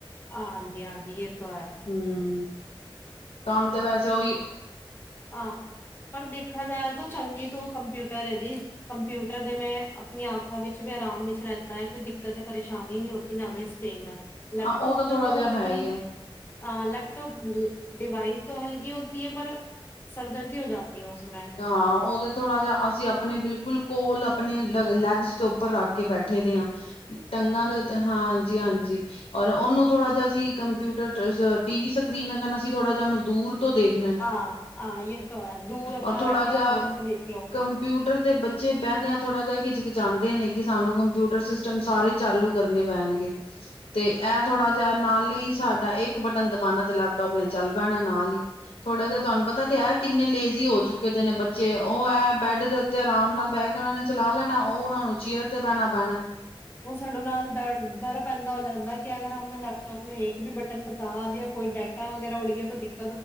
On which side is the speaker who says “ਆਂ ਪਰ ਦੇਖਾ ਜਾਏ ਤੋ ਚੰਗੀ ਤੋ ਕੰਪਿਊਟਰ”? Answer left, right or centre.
Left